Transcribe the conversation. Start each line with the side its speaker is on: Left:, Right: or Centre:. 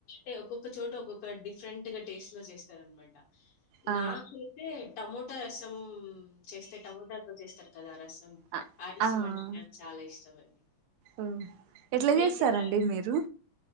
Left: తే ఒక్కు ఒక చోట ఒక్కొక్క డిఫరెంట్ గా టేస్ట్ లో చేస్తార అనమాట
Right: ఆ
Left: నాకయితే టమోటా రసం చేస్తే టమోటాతో చేస్తారు. కదా రసం అమ్
Right: ఆ
Left: రసమంటే
Right: ఆ
Left: అంటే చాలా ఇ ఇష్టమండి.
Right: ఓ ఎట్లా
Left: మీకెలా
Right: చేస్తారండి మీరు